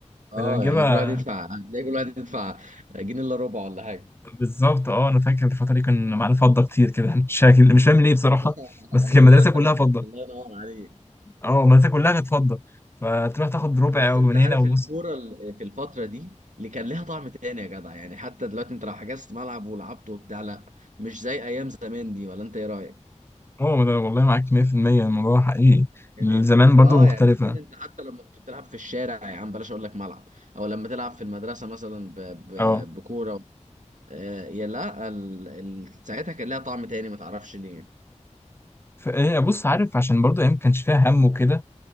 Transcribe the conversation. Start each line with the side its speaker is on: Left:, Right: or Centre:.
Right: اه
Left: كنا بنجيبها
Right: يعني كل واحد يدفع هتلاقي كل واحد يدفع جنيه الا ربع ولا حاجة
Left: بالظبط اه انا فاكر الفترة دي كان معانا فضة كتير كده شكل مش فاهم ليه بصراحة
Right: <laughs>
Left: بس
Right: ايوه
Left: كان المدرسة كلها فضة
Right: الله ينور عليك
Left: اه مدرسة كلها كانت فضة فتروح تاخد ربع
Right: بس
Left: او
Right: انت
Left: جنيه
Right: عارف
Left: او
Right: الكوره
Left: نص
Right: ال- في الفتره دي اللي كان لها طعم تاني يا جدع يعني حتى دلوقتي انت لو حجزت ملعب ولعبت وبتاع لا مش زي ايام زمان دي ولا انت ايه رايك
Left: اه ده والله معاك 100% الموضوع حقيقي
Right: يعني
Left: زمان برضو
Right: اه
Left: مختلفة
Right: يعني زمان انت حتى لما كنت بتلعب في الشارع يا عم بلاش اقول لك ملعب او لما تلعب في المدرسه مثلا ب... ب...
Left: اه
Right: بكوره آه، يا لا ال... ال... ساعتها كان لها طعم تاني ما تعرفش ليه
Left: فايه بص عارف عشان برضو ايام ما كانش فيها هم وكده